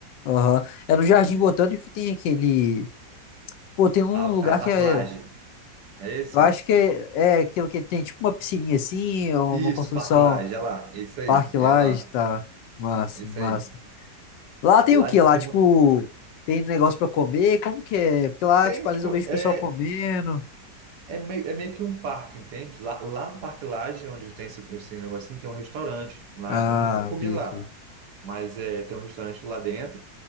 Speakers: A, on the left (about 80°); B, on the right (about 65°).
A: Aham. É no Jardim Botânico que tem aquele. Pô, tem um
B: Alto,
A: lugar
B: é, Parque
A: que é.
B: Lage. É esse?
A: Eu acho que é, é aquilo que tem tipo uma piscininha assim, ou
B: Isso,
A: uma construção,
B: Parque Lage, é lá. É Isso aí,
A: parque
B: é
A: lá,
B: lá.
A: tá. Massa,
B: É Isso
A: massa.
B: aí.
A: Lá tem
B: Lá
A: o quê?
B: de cima.
A: Lá, tipo, tem negócio pra comer? Como que é? Porque lá,
B: Tem,
A: tipo, às
B: tipo,
A: vezes eu vejo
B: é,
A: o pessoal comendo.
B: é, meio, é meio que um parque, entende? Lá, lá no Parque Lage, onde tem esse, esse negocinho, tem um restaurante. Lá,
A: Ah,
B: eu nunca comi
A: vi
B: lá.
A: aqui.
B: mas é, tem um restaurante lá dentro.